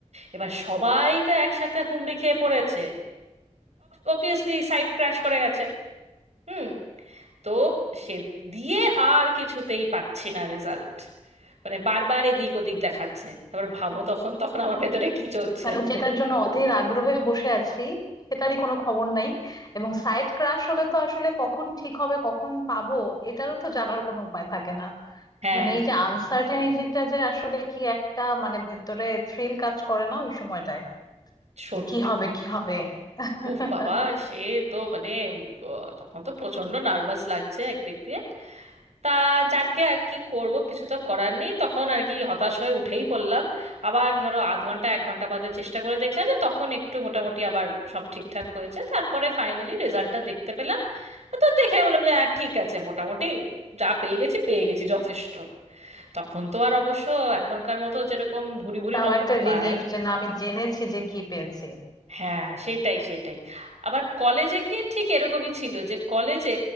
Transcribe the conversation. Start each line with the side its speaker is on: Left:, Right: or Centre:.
Right: এবার সবাই তো একসাথে হুমড়ি খেয়ে পড়েছে অবভিয়াসলি সাইট ক্র্যাশ করে গেছে হুম তো সে দিয়ে আর কিছুতেই পাচ্ছি না রেজাল্ট মানে বারবার এদিক ওদিক দেখাচ্ছে তারপর ভাবো তখন তখন আমার ভেতরে কি চলছে
Left: মানে যেটার জন্য অধীর আগ্রহে বসে আছি সেটারই কোনো খবর নাই এবং সাইট ক্রাশ হলে তো আসলে কখন ঠিক হবে কখন পাবো এটারও তো জানার কোনো উপায় থাকে না
Right: হ্যাঁ
Left: মানে এই যে আনসার্টেনিটিটা যে আসলে কি একটা মানে ভেতরে থ্রিল কাজ করে না ওই সময়টায়
Right: সত্যি
Left: যে কি হবে কি হবে <laughs>
Right: উফ বাবা সে তো মানে ব- তখন তো প্রচন্ড নার্ভাস লাগছে একদিক দিয়ে তা যাকগে আর কি করব কিছু তো করার নেই তখন আর কি হতাশ হয়ে উঠেই পড়লাম আবার ধরো আধ ঘন্টা এক ঘন্টা বাদে চেষ্টা করে দেখলাম যে তখন একটু মোটামুটি আবার সব ঠিকঠাক হয়েছে তারপরে ফাইনালি রেজাল্টটা দেখতে পেলাম তো দেখে আমি বললাম যে হ্যাঁ ঠিক আছে মোটামুটি যা পেয়ে গেছি পেয়ে গেছি যথেষ্ট তখন তো আর অবশ্য এখনকার মতো যেরকম ভুরি ভুরি
Left: তাও
Right: নম্বর
Left: একটা
Right: পায়
Left: রিলিফ যে না আমি জেনেছি যে কি পেয়েছি
Right: হ্যাঁ সেটাই সেটাই আবার কলেজে গিয়ে ঠিক এরকমই ছিল যে কলেজে